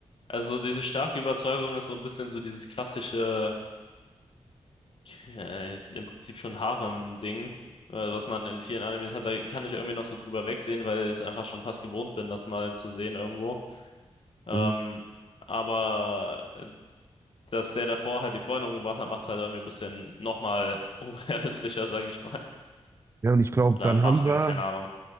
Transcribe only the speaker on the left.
Also diese starke Überzeugung ist so ein bisschen so dieses klassische, äh, im Prinzip schon Harem-Ding, äh, was man in vielen Animes hat. Da kann ich irgendwie noch so drüber wegsehen, weil ich es einfach schon fast gewohnt bin, das mal zu sehen irgendwo. Ähm,
aber äh, dass der davor halt die Freunde umgebracht hat, macht es halt irgendwie ein bisschen nochmal <laughs> unrealistischer, sage ich mal.
Oder
Wachen,
keine Ahnung.